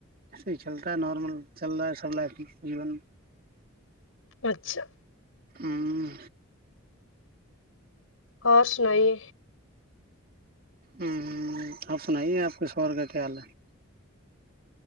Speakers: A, on the right (about 45°); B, on the left (about 70°).
A: صی چلتا ہے نارمل چل رہا ہے سب لائف میں جیبون
B: اچھا
A: ھممم
B: خش نہیںئی
A: ھمم ہ آپ سنائیے آپ کے سور کا تل <unintelligible>